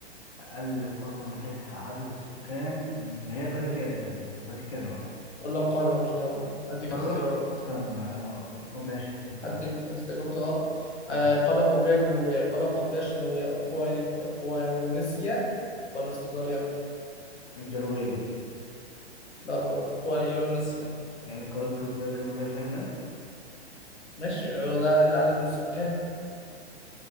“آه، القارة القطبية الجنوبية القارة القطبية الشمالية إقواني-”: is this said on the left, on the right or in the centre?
Left